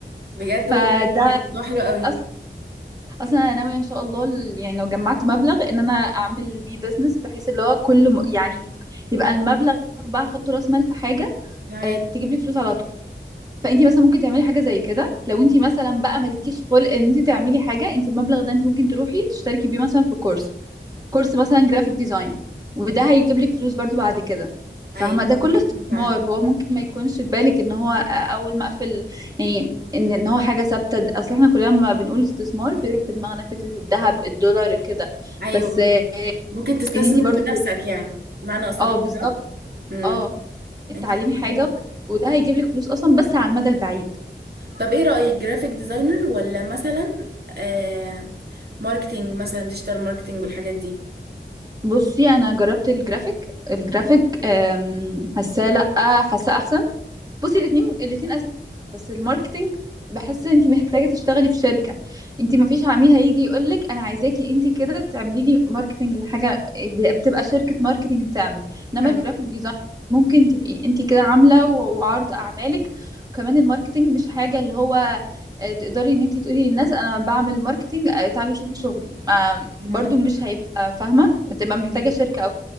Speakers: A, on the right; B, on the right.
A: بجد
B: <laughs> فده
A: والله الموضوع حلو قوي
B: اصلا اصلا انا ناويه ان شاء الله ال- يعني لو جمعت مبلغ ان انا اعمل بيه بزنس بحيث اللي هو كل م... يعني يبقى المبلغ بقى احط راس مال في حاجه
A: تمام
B: آه، تجيب لي فلوس على طول فانتي مثلا ممكن تعملي حاجه زي كده لو انتي مثلا بقى مالكيش خلق ان انتي تعملي حاجه انتي المبلغ ده انتي ممكن تروحي تشتركي بيه مثلا في كورس كورس مثلا جرافيك ديزاين وده هيجيب لك فلوس برضو بعد كده فاهمة
A: ايوه
B: ده كله
A: ممكن
B: استثمار
A: فعلا
B: هو ممكن ما يكونش في بالك ان هو اول ما اقفل يعني ان ان هو حاجة ثابتة اصل احنا كلنا لما بنقول استثمار بيروح في دماغنا فكرة الذهب الدولار كده
A: ايوه
B: بس آه،
A: ممكن تستثمر
B: ان انتي برضو
A: في نفسك يعني معنى صح
B: اه بالظبط
A: امم
B: اه اتعلمي
A: انتي صح
B: حاجة
A: والله.
B: وده هيجيب لك فلوس اصلا بس على المدى البعيد
A: طب ايه رأيك جرافيك ديزاينر ولا مثلا آه... ماركتينج مثلا ديجيتال ماركتينج والحاجات دي
B: بصي انا جربت الجرافيك الجرافيك أم، حاساه لا حاساه احسن بصي الاتنين الاتنين اساسي بس الماركتينج بحس انت محتاجه تشتغلي في شركه انت ما فيش عميل هيجي يقول لك انا عايزاكي انت كده تعملي لي ماركتينج لحاجه ب- بتبقى شركه ماركتينج بتعمل انما
A: آه،
B: الجرافيك ديزاين ممكن تبقي انت كده عامله و- وعرض اعمالك وكمان الماركتينج مش حاجه اللي هو آه، تقدري ان انت تقولي للناس انا بعمل ماركتينج آه، تعالوا شوفوا شغلي آه،
A: مم،
B: برضو مش هيبقى فاهمه هتبقى محتاجه
A: ايوه
B: شركه او